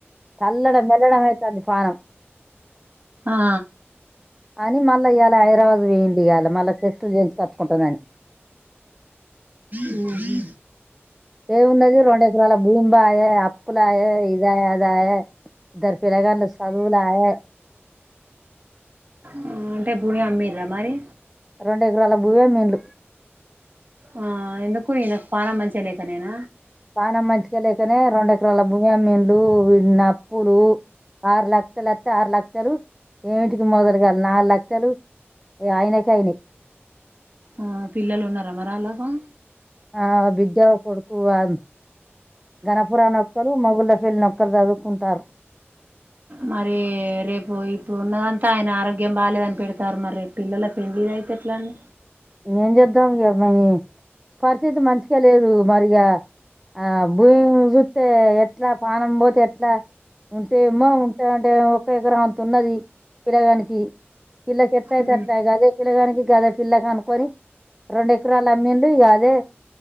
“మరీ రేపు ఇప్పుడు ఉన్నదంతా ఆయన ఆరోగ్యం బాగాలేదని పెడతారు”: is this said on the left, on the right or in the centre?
Right